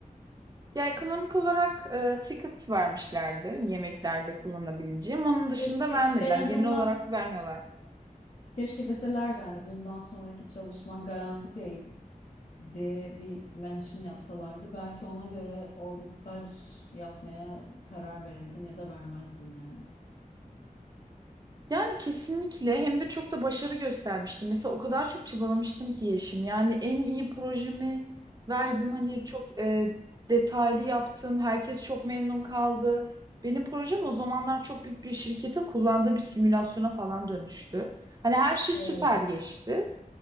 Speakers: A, on the right; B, on the left.
A: Ya ekonomik olarak e, ticket vermişlerdi yemeklerde kullanabileceğim. Onun dışında
B: Ke- Keşke
A: vermediler.
B: en azından
A: Genel olarak vermiyorlar.
B: keşke deselerdi hani bundan sonraki çalışman garanti değil diye bir mention yapsalardı. Belki ona göre orada staj yapmaya karar verirdin ya da vermezdin yani.
A: Yani kesinlikle hem de çok da başarı göstermiştim. Mesela o kadar çok çabalamıştım ki Yeşim. Yani en iyi projemi verdim. Hani çok e, detaylı yaptım. Herkes çok memnun kaldı. Benim projem o zamanlar çok büyük bir şirketin kullandığı bir simülasyona falan dönüştü. Hani her şey
B: Evet.
A: süper geçti.